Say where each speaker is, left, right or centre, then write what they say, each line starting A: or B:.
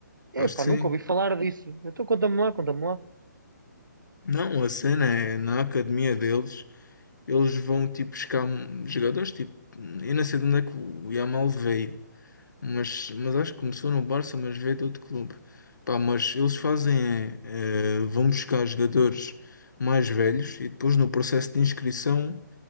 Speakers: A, on the right; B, on the left.
A: Epá,
B: acho que sim.
A: nunca ouvi falar disso. Então conta-me lá, conta-me lá.
B: Não, a cena é na academia deles, eles vão tipo buscar jogadores, tipo, eu não sei de onde é que o Yamal veio, mas, mas acho que começou no Barça, mas veio de outro clube. Pá, mas eles fazem, é, é, vão buscar jogadores mais velhos e depois no processo de inscrição